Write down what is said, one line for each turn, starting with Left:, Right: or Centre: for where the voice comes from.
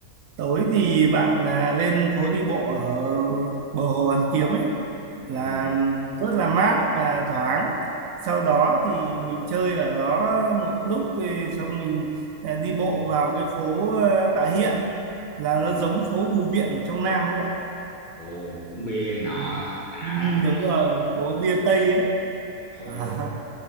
Right: tối thì bạn à, lên phố đi bộ ở bờ hồ Hoàn Kiếm ấy là
Left: ừ,
Right: rất là mát và thoáng sau đó thì mình chơi ở đó một lúc thì xong mình à, đi bộ vào cái phố à, Tạ Hiện là nó
Left: ừ.
Right: giống phố Bùi Viện ở trong Nam ấy bạn
Left: Ồ, uống bia này nọ
Right: Ừ,
Left: đã ha.
Right: đúng rồi phố bia Tây ấy
Left: ừ.
Right: à.